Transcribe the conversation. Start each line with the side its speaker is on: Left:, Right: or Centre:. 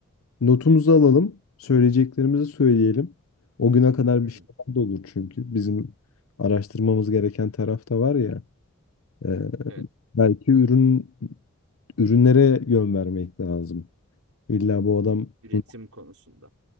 Left: notumuzu alalım, söyleyeceklerimizi söyleyelim. O güne kadar
Right: hı
Left: bir
Right: hı.
Left: şeyler de olur çünkü. Bizim araştırmamız gereken taraf da var ya. e,
Right: Evet.
Left: belki ürün ürünlere yön vermek lazım. İlla bu adam
Right: Üretim
Left: bu-
Right: konusunda.